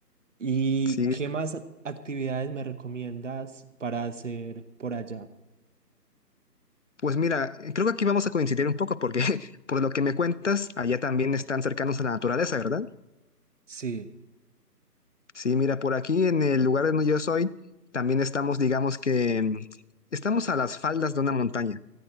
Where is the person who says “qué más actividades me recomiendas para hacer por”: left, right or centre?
Right